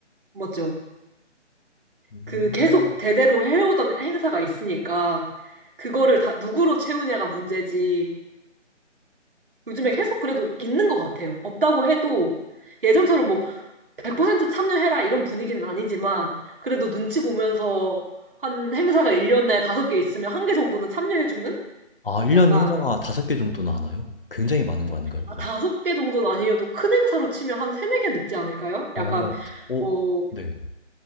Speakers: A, on the right; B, on the left.
A: 맞죠?
B: 음.
A: 그 계속 대대로 해오던 행사가 있으니까 그거를 다 누구로 채우냐가 문제지. 요즘에 계속 그래도 있는 것 같아요. 없다고 해도 예전처럼 뭐 100% 참여해라 이런 분위기는 아니지만 그래도 눈치 보면서 한 행사가 1년에 다섯 개 있으면 한 개 정도는 참여해주는?
B: 아, 1년에
A: 약간
B: 행사가 5개 정도나 하나요? 굉장히 많은 거 아닌가요,
A: 아, 다섯 개 정도는 아니어도 큰 행사로 치면 한 세네 개는 있지 않을까요?
B: 어.
A: 약간
B: 오,
A: 뭐
B: 네.